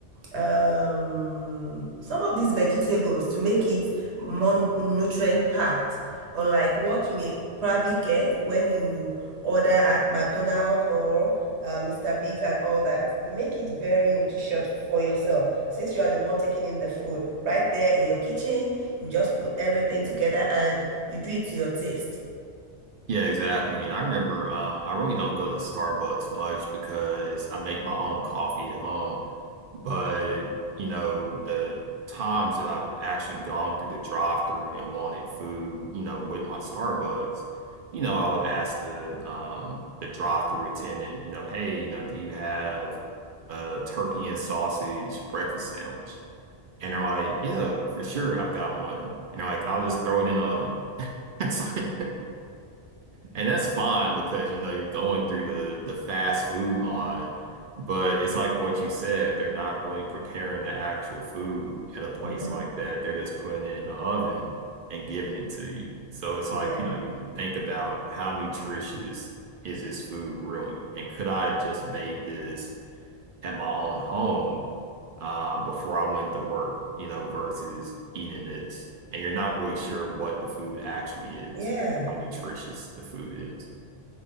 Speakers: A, on the right; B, on the right.
A: um some of these vegetables to make it more nutrient packed unlike what you may probably get when you order at McDonald's or uh, Mr. Biggs and all that. You make it very nutritious for yourself since you are the one taking in the food right there in your kitchen. You just put everything together and you do it to your taste.
B: Yeah, exactly. And I remember um, I really don't go to Starbucks much because I make my own coffee at home. But, you know, the times that I've actually gone through the drive-through and wanted food, you know, with my Starbucks, you know, I would ask the um, the drive-through attendant, you know, hey, you know, do you have a turkey and sausage breakfast sandwich? And they're like, yeah, for sure, I've got one. And they're like, I'll just throw it in the oven. <laughs> It's like and that's fine because you know you're going through the the fast food line, but it's like what you said, they're not really preparing the actual food at a place
A: Mhm.
B: like that. They're just putting it in the oven and giving it to you. So it's like,
A: Yeah.
B: you know, you think about how nutritious is this food really? And could I have just made this at my own home uh, before I went to work, you know, versus eating this. And you're not really sure what the food actually is,
A: Yeah.
B: how nutritious the food is.